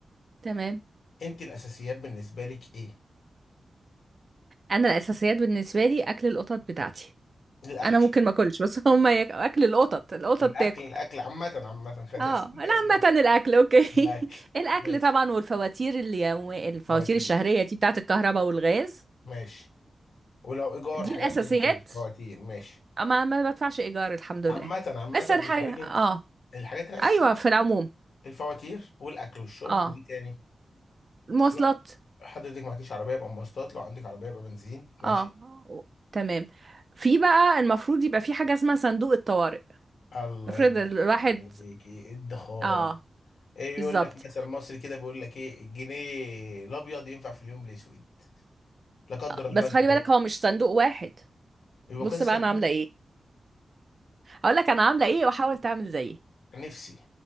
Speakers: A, on the right (about 35°); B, on the left (about 85°).
A: تمام
B: انت الاساسيات بالنسبه لك ايه
A: انا الاساسيات بالنسبه لي اكل القطط بتاعتي
B: الاكل
A: انا ممكن ما اكلش بس هما ياك... اكل القطط القطط
B: الاكل
A: تاكل
B: الاكل عامه عامه <laughs> خلينا
A: اه
B: نسيب الاكل
A: لا عامه الاكل اوكي
B: الاكل
A: <laughs> الاكل
B: ماشي
A: طبعا والفواتير اليومية الفواتير
B: فواتير
A: الشهريه دي بتاعه الكهرباء والغاز
B: ماشي ولو ايجار
A: دي
B: حاجات
A: الاساسيات
B: زي كده فواتير ماشي
A: اما ما بدفعش ايجار الحمد لله
B: عامه عامه
A: بس الحاجه
B: مش عليك
A: اه
B: انت الحاجات الاساسيه
A: ايوه في العموم
B: الفواتير والاكل والشرب
A: اه
B: وايه تاني
A: المواصلات
B: ولو حضرتك معكيش عربيه يبقى مواصلات لو عندك عربيه يبقى بنزين ماشي
A: اه تمام في بقى المفروض يبقى في حاجه اسمها صندوق الطوارئ
B: الله
A: افرض
B: ينور
A: الواحد
B: عليك ايه الدخار
A: اه
B: ايه
A: بالظبط
B: يقول لك مثل مصري كده بيقول لك ايه الجنيه الابيض ينفع في اليوم الاسود لا قدر
A: بس
B: الله انت
A: خلي
B: فاهم
A: بالك هو مش صندوق واحد
B: يبقى
A: بص
B: كذا
A: بقى
B: صندوق
A: انا عامله ايه هقول لك انا عامله ايه وحاول تعمل زيي
B: نفسي